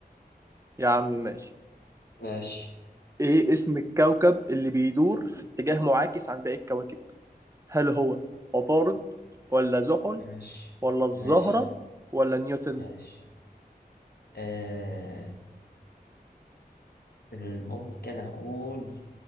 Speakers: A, on the right; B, on the left.
A: يا عم ماشي
B: ماشي
A: ايه اسم الكوكب اللي بيدور في اتجاه معاكس عن باقي الكواكب هل هو عطارد ولا زحل
B: ماشي
A: ولا الزهرة
B: ماشي
A: ولا نيوتن
B: ماشي آه... بال- ممكن أقول